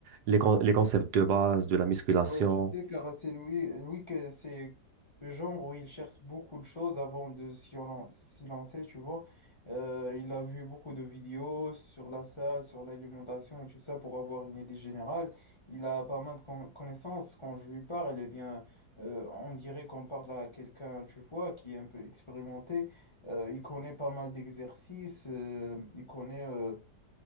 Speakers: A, on the right; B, on the left.
A: les, con- les concepts de base de la musculation
B: Ouais, tu sais, Caracé Louis, Louis, que c'est le genre où il cherche beaucoup de choses avant de s'y lan- s'y lancer, tu vois. Euh, il a vu beaucoup de vidéos sur la salle, sur l'alimentation et tout ça pour avoir une idée générale. Il a pas mal de con- connaissances. Quand je lui parle, eh bien, euh, on dirait qu'on parle à quelqu'un, tu vois, qui est un peu expérimenté. Euh, il connaît pas mal d'exercices. euh, il connaît euh,